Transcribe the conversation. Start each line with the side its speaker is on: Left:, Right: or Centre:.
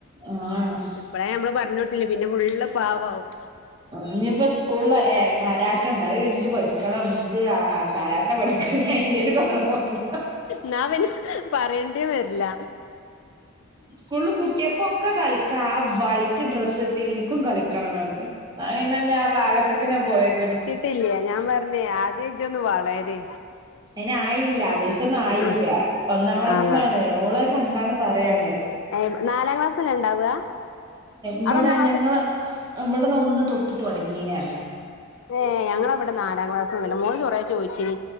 Right: ആഹ്
Left: ഇപ്പളേ നമ്മള് പറഞ്ഞോട്ത്തില്ലേ പിന്നെ ഫുള്ള് പാവാവും
Right: ഇഞ്ഞിഇപ്പോ സ്കൂളില് കരാട്ടണ്ട് അഹ് ഇൻക്ക് പഠിക്കണം ഇൻക്ക് ആ കരാട്ട പഠിക്കണം ഇനിഅയിന്റെ ഒരു കുറവുണ്ട്
Left: ന്നപിന്നേ പറയേണ്ടി വരില്ല
Right: കൂൾള് കുട്ടിയാക്കൊക്കെ കളിക്കാ ആ വൈറ്റ് ഡ്രസ്സ് ഇട്ട് എനിക്കും കളിക്കണം പറണ്ട് ന്നപിന്നെ ഞാ ഭാഗത്ത്ക്ക്ന്നേ പോയക്കന്ന്
Left: ട്ടില്ല ഞാൻ പറഞ്ഞേ ആദ്യം ഇജൊന്ന് വളര്
Right: അയിന് ആയില്ല അവൽക്കൊന്നും ആയില്ല
Left: ആഹ്
Right: ഒന്നാം ക്ലാസ്ന്നാണ്
Left: ആഹ്
Right: ഓള കണ്ടാണ്ട് പറയാണ്
Left: <unintelligible> നാലാം ക്ലാസ് ന്നെ ണ്ടാവാ
Right: ഇവിടെ
Left: അവിടെ ഒന്നാം
Right: ഞങ്ങള് ഇവിടന്ന് ഒന്ന് തൊട്ട് തുടങ്ങീനെർഞ്
Left: ഏഹ് ഞങ്ങളവിടെ നാലാം ക്ലാസ് മുതല മോള് കുറേ ചോയ്ച്ചിനി